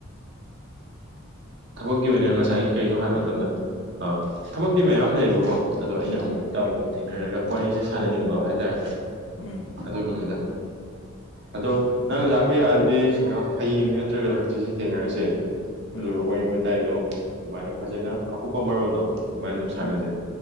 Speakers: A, on the right; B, on the left.
A: ꯊꯕꯛꯀꯤ ꯑꯣꯏꯅ ꯉꯁꯥꯏꯒꯤ ꯀꯩꯅꯣ ꯍꯥꯏꯕ ꯃꯇꯝꯗ ꯊꯕꯛꯇꯤ ꯃꯌꯥꯝ ꯂꯩꯌꯦꯕꯀꯣ ꯑꯗꯣ ꯑꯩꯅ ꯑꯃꯨꯛ
B: ꯎꯝ
A: ꯏꯇꯥꯎꯒ ꯊꯦꯡꯅꯔꯒ ꯋꯥꯔꯤꯁꯦ ꯁꯥꯟꯅꯅꯤꯡꯕ ꯍꯥꯏꯇꯥꯔꯦ
B: ꯎꯝ
A: ꯑꯗꯨꯒꯤꯅꯤꯗ ꯑꯗꯣ
B: ꯎꯝ
A: ꯅꯪ ꯂꯥꯛꯄ ꯌꯥ ꯍꯌꯦꯡ ꯅꯠꯇ꯭ꯔꯒꯅ ꯍꯛꯆꯦꯁꯦ ꯊꯦꯡꯅꯔꯁꯦ ꯑꯗꯨꯒ
B: ꯎꯝ
A: ꯋꯥꯔꯤ ꯋꯥꯇꯥꯏꯗꯣ ꯑꯗꯨꯃꯥꯏꯅ ꯐꯖꯅ ꯑꯀꯨꯞꯄ ꯃꯔꯣꯟꯜꯗꯣ ꯑꯗꯨꯃꯥꯏꯅ ꯑꯗꯨꯝ ꯁꯥꯟꯅꯖꯩ
B: ꯎꯝ ꯎꯝ